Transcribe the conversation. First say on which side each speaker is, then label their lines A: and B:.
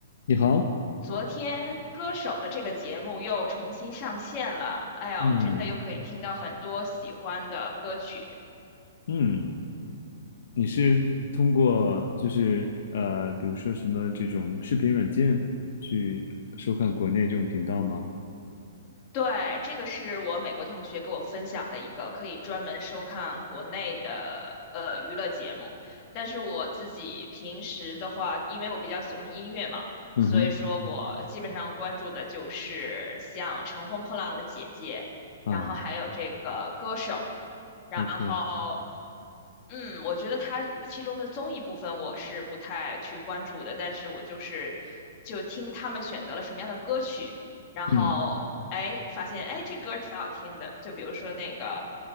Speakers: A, on the left; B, on the left.
A: 你好，
B: 昨天《歌手》的这个节目又重新上线了，哎呦，
A: 嗯
B: 真的又可以听到很多喜欢的歌曲。
A: 嗯，你是通过就是呃，比如说什么这种视频软件去收看国内这种频道吗？
B: 对，这个是我美国同学给我分享的一个可以专门收看国内的呃娱乐节目，但是我自己平时的话，因为我比较喜欢音乐嘛，
A: 嗯哼，
B: 所以说我基本上关注的就是像《乘风破浪的姐姐》，
A: 啊
B: 然后还有这个《歌手》。然后
A: ，OK，
B: 嗯，我觉得它其中的综艺部分我是不太去关注的，但是我就是就听他们选择了什么样的歌曲，然后哎发现哎这歌儿挺好听的，
A: 嗯，
B: 就比如说那个